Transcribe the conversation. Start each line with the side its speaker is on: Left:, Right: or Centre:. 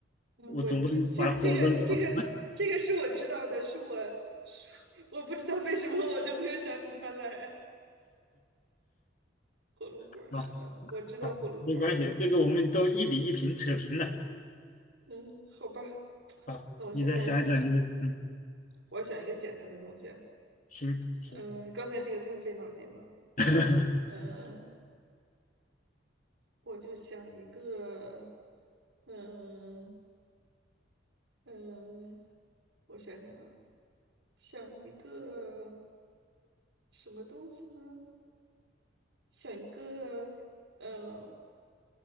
Right: 嗯，
Left: 我总不能把火和啊
Right: 我这这这个这个这个是我知道的，是我是我不知道为什么我就没有想起它来，火龙果儿，
Left: <laughs> 啊
Right: 是的，我知道火龙果儿，
Left: 好没关系，这个我们都一比一平扯平了
Right: 嗯，好吧，
Left: 啊，
Right: 那我现在要
Left: 你再想一想这个，嗯，
Right: 我要想一个简单的东西。
Left: 行行，
Right: 嗯，刚才这个太费脑筋了。
Left: <laughs>
Right: 呃，我就想一个，嗯、嗯、我想想啊，想一个什么东西呢？想一个，呃